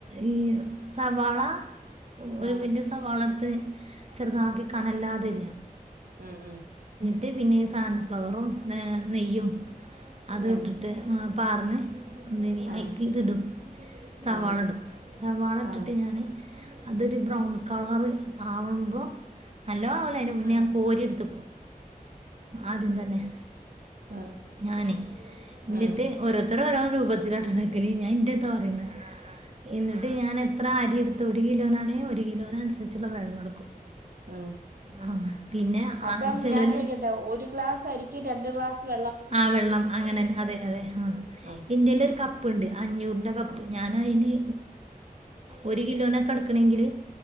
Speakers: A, on the right (about 45°); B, on the right (about 75°).
A: ഈ സവാള ഒരു
B: ആ
A: വല്യ സവാളട്ത്ത് അത് ചെറുതാക്കി കനല്ലാതെ
B: ഉം ഉം
A: ത് പിന്നെ ഈ സൺഫ്ലവറും നെയ്യും അതുട്ടിട്ട്
B: ഉം
A: പാർന്ന്
B: ആ
A: അയ്ക്ക് ഇത് ഇടും സവാള
B: ആ
A: ഇടും സവാള ഇട്ടിട്ട്
B: ആ
A: ഞാന് അതൊരു ബ്രൗൺ കളർ ആവുമ്പോ നല്ലോ ആവ്ണേന്റെ മുന്നേ
B: ഉം
A: ഞാൻ കോരി എടുത്തെക്കും ആദ്യം തന്നെ-
B: ഉം
A: ഞാനേ ഇന്നിട്ട്
B: ഉം
A: ഓരോരുത്തര് ഓരോ രൂപത്തില ങ്ങനെ ഞാൻ ഇന്റെ ഇതാ പറയ്ണേ ആ ആ എന്നിട്ട് ഞാൻ എത്ര അരിയെടുത്തു ഒരു കിലോനാണെങ്കിൽ ഒരു കിലോനന്നുസരിച്ചുള്ള വെള്ളം എടുക്കും
B: ഉം
A: ആഹ് പിന്നെ
B: അപ്പം
A: ആ ചിലർ
B: ഞാൻ ചോയിക്കട്ടെ ഒരു ഗ്ലാസ് അരിക്ക് രണ്ട് ഗ്ലാസ് വെ
A: ആ വെള്ളം അങ്ങനെന്നെ അതെ അതെ ആ
B: ആഹ്
A: ഇന്റെല് ഒരു കപ് പ്പ്ണ്ട്- അഞ്ഞൂറിന്റെ കപ്പ്
B: ആഹ്
A: ഞാൻ അയിന് ഒരു കിലോനൊക്കെടുക്കണെങ്കില്